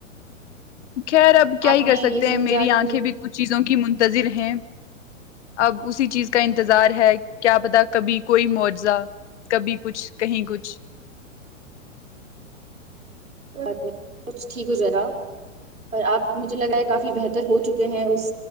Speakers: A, on the left; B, on the right.
A: خیر اب کیا
B: آپ
A: ہی کر
B: نے
A: سکتے
B: یہ
A: ہیں
B: سمجھا
A: میری آنکھیں
B: کہ کوئی
A: بھی کچھ چیزوں کی منتظر ہیں اب اسی چیز کا انتظار ہے کیا پتہ کبھی کوئی معاوضہ کبھی کچھ کہیں کچھ
B: ب کچھ ٹھیک ہو جائے گا پر آپ مجھے لگا ہے کافی بہتر ہو چکے ہیں اس